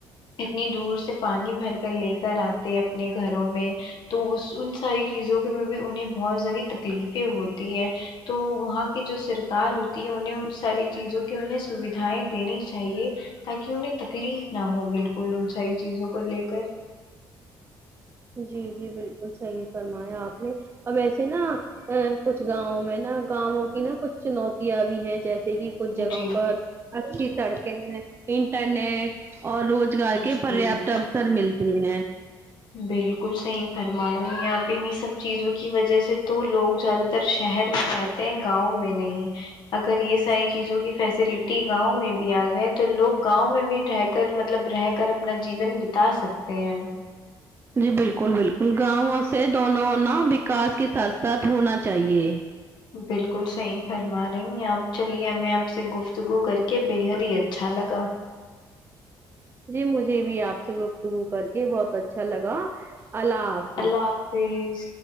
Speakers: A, on the left; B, on the right.
A: اتنی دور سے پانی بھر کر لے کر آتے اپنے گھروں میں تو اس ان ساری چیزوں کے بھی انہیں بہت ساری تکلیفیں ہوتی ہے تو وہاں کی جو سرکار ہوتی ہے انہیں ان ساری چیزوں کی انہیں سویدھایں دینی چاہیے تاکہ انہیں تکلیف نہ ہو بالکل ان ساری چیزوں کو لے کر
B: جی جی بالکل صحیح فرمایا آپ نے اب ایسے نا ا کچھ گاؤں میں نا گاؤں کی نا کچھ چنوتیاں بھی ہیں جیسے کی کچھ جگہوں
A: جی
B: پر اچھی سڑکیں انٹرنیٹ اور روز گار کے
A: جی
B: پریاپت اوفسر ملتے ہیں
A: بالکل صحیح فرما رہی ہیں آپ انہی سب چیزوں کی وجہ سے تو لوگ زیادہ تر شہر میں رہ تے گاؤں میں نہیں اگر یہ ساری چیزوں کی فیسلٹی گاؤں میں بھی آ گئے تو لوگ گاؤں میں بھی رہ کر مطلب رہ کر اپنا جیون بتا سکتے ہیں
B: جی بالکل بالکل گاؤں سے دونوں نا وکاس کے ساتھ ساتھ ہونا چاہیے
A: بالکل صحیح فرما رہی ہیں آپ چلیے ہمیں آپ سے گفتگو کر کے بےحد ہی اچھا لگا
B: جی مجھے بھی آپ سے گفتگو کر کے بہت اچھا لگا اللہ حا
A: اللہ حافظ